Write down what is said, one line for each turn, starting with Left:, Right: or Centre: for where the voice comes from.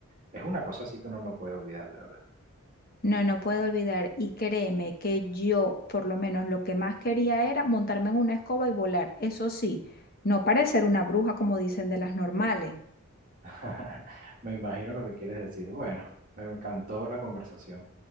Right: es una cosa así que uno no puede olvidar, de verdad.
Left: no, no puedo olvidar, y créeme que yo, por lo menos, lo que más quería era montarme en una escoba y volar, eso sí, no parecer una bruja como dicen de las normales.
Right: <laughs> Me imagino lo que quieres decir. Bueno, me encantó la conversación.